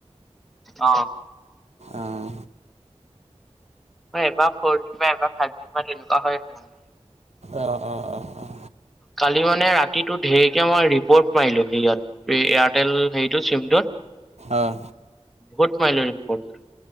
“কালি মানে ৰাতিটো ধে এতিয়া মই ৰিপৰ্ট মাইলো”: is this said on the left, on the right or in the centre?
Centre